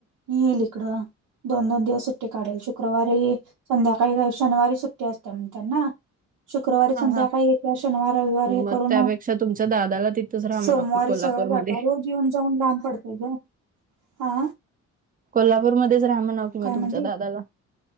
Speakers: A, on the right; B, on the right.
A: येईल इकडं. दोन दोन दिवस सुट्टी काढेल. शुक्रवारी संध्याकाळी शनिवारी सुट्टी असत्या म्हण त्यांना. शुक्रवारी
B: हा
A: संध्याकाळी
B: हा
A: येत्या शनिवार, रविवार
B: मग
A: हे करू न
B: त्यापेक्षा
A: --
B: तुमच्या दादाला तिथंच राहा म्हणावं
A: सोमवारी
B: की कोल्हापूरमध्ये
A: सरळ जात्या. रोज येऊन जाऊन लांब पडतय गं. हा.
B: कोल्हापूरमध्येच राहा म्हणावं कि म
A: काय म्हणली
B: तुमच्या दादाला.